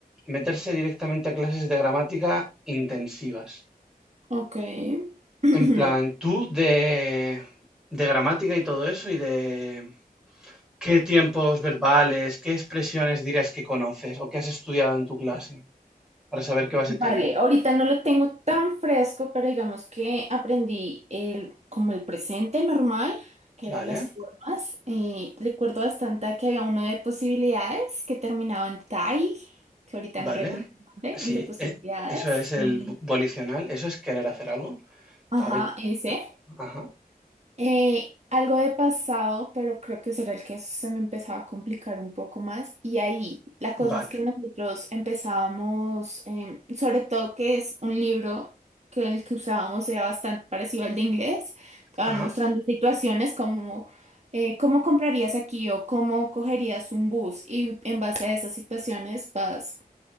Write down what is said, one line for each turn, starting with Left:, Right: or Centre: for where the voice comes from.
Centre: Meterse directamente a clases de gramática intensivas.
Right: Ok. <clears throat>
Centre: En plan, tú de, de gramática y todo eso y de qué tiempos verbales, qué expresiones dirías que conoces o que has estudiado en tu clase para saber qué base
Right: Vale,
Centre: tienes.
Right: ahorita no lo tengo tan fresco, pero digamos que aprendí el, como el presente normal, que
Centre: Vale,
Right: eran las formas. Eh, recuerdo bastante que había uno de posibilidades que terminaba en tai, que ahorita no
Centre: vale.
Right: recuerdo el nombre,
Centre: Sí,
Right: el de posibilidades.
Centre: e- eso es el
Right: Eh,
Centre: bo- volicional, eso es querer hacer algo.
Right: ajá,
Centre: Sabe-
Right: ese.
Centre: Ajá,
Right: Eh, algo de pasado, pero creo que será el que se me empezaba a complicar un poco más. Y ahí la
Centre: vale.
Right: cosa es que nosotros empezábamos, em, sobre todo que es un libro que el que usábamos era bastante parecido al de inglés. Te van
Centre: ajá.
Right: mostrando situaciones como eh, cómo comprarías aquí o cómo cogerías un bus. Y en base a esas situaciones vas